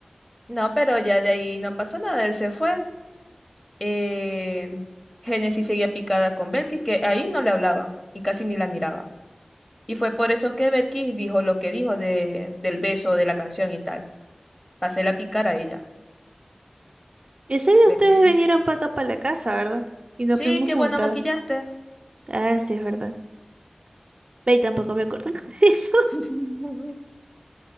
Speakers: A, on the left (about 15°); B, on the right (about 50°).
A: No, pero ya de ahí no pasó nada, él se fue. Eh, Génesis seguía picada con Belkis, que ahí no le hablaba y casi ni la miraba. Y fue por eso que Belkis dijo lo que dijo de, del beso, de la canción y tal. Pasé la picar a ella.
B: Ese día
A: Belkis.
B: ustedes vinieron para acá, para la casa, ¿verdad? Y nos
A: Sí,
B: fuimos
A: qué
B: juntas.
A: bueno maquillaste.
B: Ah, sí, es verdad. Ve, tampoco me acuerdo <laughs> de eso.
A: <laughs>